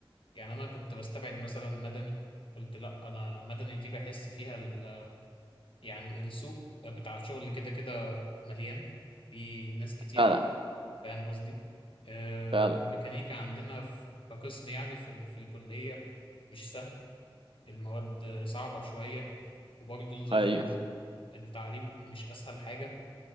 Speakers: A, on the left; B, on the right.
A: يعني انا كنت بستبعد مثلا مدني قلت لا انا مدني دي بحس فيها ال... يعني السوق بتاع الشغل كده كده مليان في ناس كتير
B: فعلا
A: فاهم قصدي آه
B: فعلا
A: الميكانيكا عندنا في كقسم يعني في ال... في الكلية مش سهل المواد صعبة شوية وبرضه نظام
B: ايوه
A: ال... التعليم مش اسهل حاجة